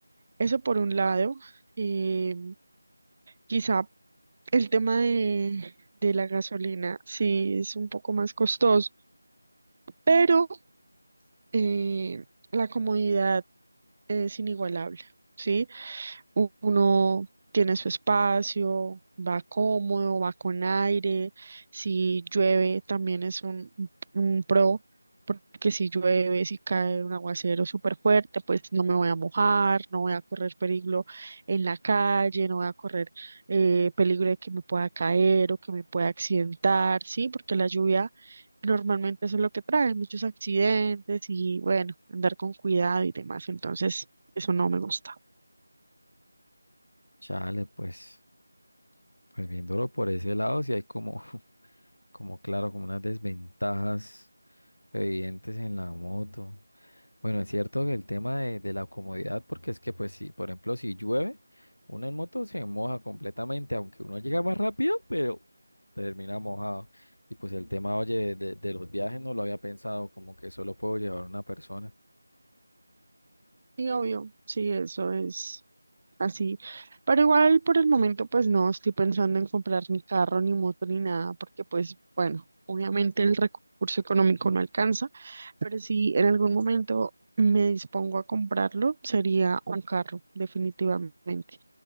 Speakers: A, on the right; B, on the left.
A: Eso por un lado. eh, quizá el tema de, de la gasolina sí es un poco más costoso, pero eh, la comodidad es inigualable, ¿sí? u- Uno tiene su espacio, va cómodo, va con aire. Si llueve, también es un, un pro, porque si llueve, si cae un aguacero súper fuerte, pues no me voy a mojar, no voy a correr peligro en la calle, no voy a correr eh, peligro de que me pueda caer o que me pueda accidentar, ¿sí? Porque la lluvia Normalmente eso es lo que trae, muchos accidentes y bueno, andar con cuidado y demás. Entonces, eso no me gusta.
B: Chale, pues, pues viéndolo por ese lado, sí hay como, <laughs> como claro, como unas desventajas. Evidentes en la moto. Bueno, es cierto que el tema de, de la comodidad, porque es que, pues, si, por ejemplo, si llueve, uno en moto se moja completamente, aunque uno llega más rápido, pero termina mojado. Y pues el tema, oye, de, de los viajes no lo había pensado, como que solo puedo llevar una persona.
A: Sí, obvio, sí, eso es así. Pero igual por el momento pues no estoy pensando en comprar ni carro, ni moto, ni nada, porque pues bueno, obviamente el recurso económico no alcanza, pero si en algún momento me dispongo a comprarlo, sería un carro, definitivamente.